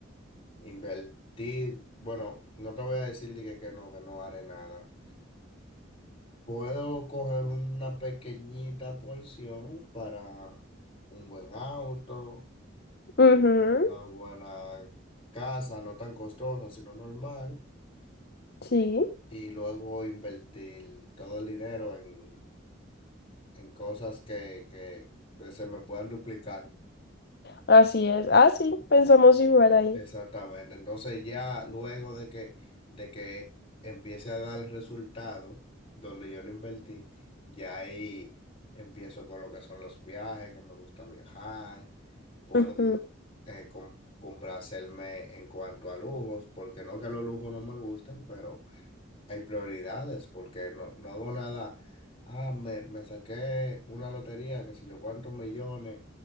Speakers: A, on the left (about 30°); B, on the left (about 50°).
A: invertir, bueno, no te voy a decir de que, que no, que no haré nada. Puedo coger una pequeñita porción para un buen auto,
B: Ujú,
A: una buena casa, no tan costosa, sino normal,
B: Sí.
A: y luego invertir todo el dinero en, en cosas que, que, que se me puedan duplicar.
B: Así es. Ah, sí, pensamos igual ahí.
A: Exactamente. Entonces ya luego de que, de que empiece a dar el resultado donde yo lo invertí, ya ahí empiezo con lo que son los viajes, que me gusta viajar. Puedo
B: Ujú,
A: eh, com- complacerme en cuanto a lujos, porque no que los lujos no me gustan, pero hay prioridades, porque no, no hago nada. Ah, me, me saqué una lotería, qué sé yo, cuántos millones.